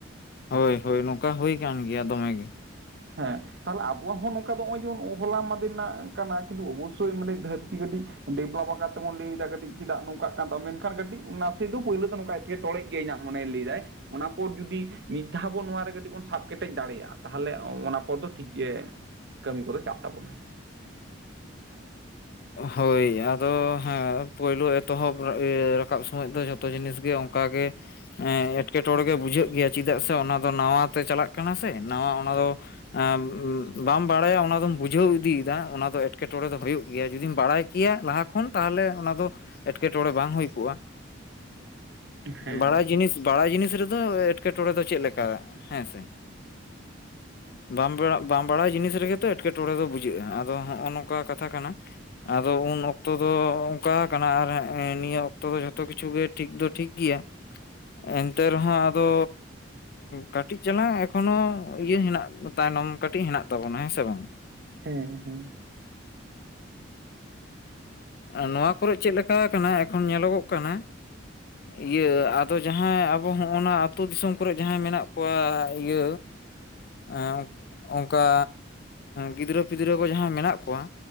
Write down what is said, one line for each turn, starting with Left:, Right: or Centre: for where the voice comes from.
Left: ᱦᱳᱭ ᱦᱳᱭ ᱱᱚᱝᱠᱟ ᱦᱳᱭ ᱟᱠᱟᱱ ᱜᱮᱭᱟ ᱫᱚᱢᱮ ᱜᱮ ᱾
Right: ᱦᱮᱸ ᱾ ᱛᱟᱦᱚᱞᱮ ᱟᱵᱚᱣᱟᱜ ᱦᱚᱸ ᱱᱚᱝᱠᱟ ᱫᱚ ᱱᱚᱜᱼᱚᱭ ᱡᱮᱢᱚᱱ ᱦᱚᱞᱟ ᱢᱟᱫᱮ ᱨᱮᱱᱟᱜ ᱠᱟᱱᱟ ᱠᱤᱱᱛᱩ ᱚᱵᱚᱥᱥᱳᱭ ᱢᱟᱱᱮ ᱫᱷᱟᱹᱨᱛᱤ ᱠᱟᱹᱴᱤᱡ ᱰᱮᱵᱷᱞᱚᱯ ᱟᱠᱟᱫ ᱛᱮᱵᱚᱱ ᱞᱟᱹᱭᱮᱫᱟ ᱠᱟᱹᱴᱤᱡ ᱪᱮᱫᱟᱜ ᱱᱚᱝᱠᱟᱜ ᱠᱟᱱ ᱛᱟᱢ ᱢᱮᱱᱠᱷᱟᱱ ᱠᱟᱹᱴᱤᱡ ᱱᱟᱥᱮ ᱫᱚ ᱯᱳᱭᱞᱳ ᱫᱚ ᱱᱚᱝᱠᱟ ᱜᱮ ᱠᱮᱴᱚᱲᱮᱡ ᱜᱮ ᱤᱧᱟᱹᱜ ᱢᱚᱱᱮᱭ ᱞᱟᱹᱭᱮᱫᱟᱭ ᱾ ᱚᱱᱟ ᱯᱚᱨ ᱡᱩᱫᱤ ᱢᱤᱫ ᱫᱷᱟᱣ ᱵᱚᱱ ᱱᱚᱣᱟᱨᱮ ᱠᱟᱹᱴᱤᱡ ᱵᱚᱱ ᱥᱟᱵ ᱠᱮᱴᱮᱡ ᱫᱟᱲᱮᱭᱟᱜᱼᱟ ᱛᱟᱦᱟᱞᱮ ᱚᱱᱟ ᱯᱚᱨ ᱫᱚ ᱴᱷᱤᱠ ᱜᱮ ᱠᱟᱹᱢᱤ ᱠᱚᱫᱚ ᱪᱟᱜ ᱛᱟᱵᱚᱱᱟ ᱾
Left: ᱦᱳᱭ ᱟᱫᱚ ᱦᱮᱸ ᱯᱳᱭᱞᱳ ᱮᱛᱚᱦᱚᱵ ᱨᱟᱠᱟᱵ ᱥᱳᱢᱚᱡ ᱫᱚ ᱡᱷᱚᱛᱚ ᱡᱤᱱᱤᱥ ᱚᱝ ᱠᱟ ᱜᱮ ᱮᱸᱴᱠᱮᱴᱚᱬᱮ ᱜᱮ ᱵᱩᱡᱷᱟᱹᱜ ᱜᱮᱭᱟ ᱪᱤᱫᱟᱜ ᱥᱮ ᱚᱱᱟ ᱫᱚ ᱱᱟᱣᱟᱛᱮ ᱪᱟᱞᱟᱜ ᱠᱟᱱᱟ ᱥᱮ ᱱᱟᱣᱟ ᱚᱱᱟ ᱫᱚ ᱟᱸ- ᱵᱟᱢ ᱵᱟᱲᱟᱭᱟ ᱚᱱᱟᱫᱚᱢ ᱵᱩᱡᱷᱟᱹᱣ ᱤᱫᱤᱭᱮᱫᱟ ᱚᱱᱟ ᱫᱚ ᱮᱴᱠᱮᱴᱚᱬᱮ ᱫᱚ ᱦᱳᱭᱩᱜ ᱜᱮᱭᱟ, ᱡᱩᱫᱤᱢ ᱵᱟᱲᱟᱭ ᱠᱮᱭᱟ ᱞᱟᱦᱟ ᱠᱷᱚᱱ ᱛᱟᱦᱚᱞᱮ ᱚᱱᱟ ᱫᱚ ᱮᱴᱠᱮᱴᱚᱬᱮ ᱵᱟᱝ ᱦᱩᱭ ᱠᱚᱜᱼᱟ ᱾
Right: <inaudible> ᱦᱮᱸ᱾
Left: ᱵᱟᱲᱟᱭ ᱡᱤᱱᱤᱥ ᱵᱟᱲᱟᱭ ᱡᱤᱱᱤᱥ ᱨᱮᱫᱚ ᱮᱸᱴᱠᱮᱴᱚᱬᱮ ᱫᱚ ᱪᱮᱫ ᱞᱮᱠᱟ ᱦᱮᱸ ᱥᱮ? ᱵᱟᱢ ᱵᱟ ᱵᱟᱢ ᱵᱟᱲᱟᱭ ᱡᱤᱱᱤᱥ ᱨᱮᱜᱮ ᱛᱚ ᱮᱴᱠᱮᱴᱚᱬᱮ ᱫᱚ ᱵᱩᱡᱷᱟᱹᱜᱼᱟ ᱟᱫᱚ ᱦᱚᱸᱜᱼᱚ ᱱᱚᱝᱠᱟ ᱠᱟᱛᱷᱟ ᱠᱟᱱᱟ ᱾
Right: <inaudible>
Left: ᱟᱫᱚ ᱩᱱ ᱚᱠᱛᱚ ᱫᱚ ᱚᱝᱠᱟ ᱠᱟᱱᱟ ᱟᱨ ᱦᱮᱸᱜ ᱱᱤᱭᱟᱹ ᱚᱠᱛᱚ ᱫᱚ ᱡᱷᱚᱛᱚ ᱠᱤᱪᱷᱩ ᱜᱮ ᱴᱷᱤᱠ ᱫᱚ ᱴᱷᱤᱠ ᱜᱤᱭᱟ ᱾ ᱮᱱᱛᱮ ᱨᱮᱦᱚᱸ ᱟᱫᱚ ᱠᱟᱹᱴᱤᱡ ᱪᱟᱞᱟᱝ ᱮᱠᱷᱚᱱᱚ ᱤᱭᱟᱹ ᱦᱮᱱᱟᱜ ᱛᱟᱭᱱᱚᱢ ᱠᱟᱹᱴᱤᱡ ᱦᱮᱱᱟᱜ ᱛᱟᱵᱚᱱᱟ ᱦᱮᱸ ᱥᱮ ᱵᱟᱝ?
Right: ᱦᱮᱸ ᱦᱮᱸ ᱾
Left: ᱮᱸ ᱱᱚᱣᱟ ᱠᱚᱨᱮ ᱪᱮᱜ ᱞᱮᱠᱟ ᱟᱠᱟᱱᱟ ᱮᱠᱷᱚᱱ ᱧᱮᱞᱚᱜᱚᱜ ᱠᱟᱱᱟ
Right: <inaudible>
Left: ᱤᱭᱟᱹ ᱟᱫᱚ ᱡᱟᱦᱟᱸᱭ ᱟᱵᱚ ᱦᱚᱸᱜ-ᱚᱱᱟ ᱟᱹᱛᱩ ᱫᱤᱥᱚᱢ ᱠᱚᱨᱮ ᱡᱟᱦᱟᱸᱭ ᱢᱮᱱᱟᱜ ᱠᱚᱣᱟ ᱤᱭᱟᱹ ᱮᱸᱜ ᱚᱝᱠᱟ ᱜᱤᱫᱽᱨᱟᱹ-ᱯᱤᱫᱽᱨᱟᱹ ᱠᱚ ᱡᱟᱦᱟᱸᱭ ᱢᱮᱱᱟᱜ ᱠᱚᱣᱟ